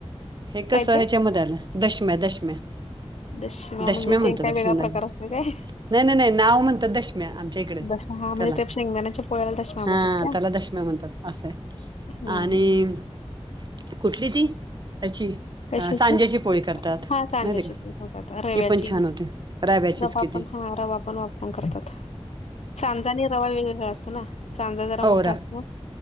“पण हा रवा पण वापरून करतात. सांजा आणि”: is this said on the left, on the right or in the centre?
Left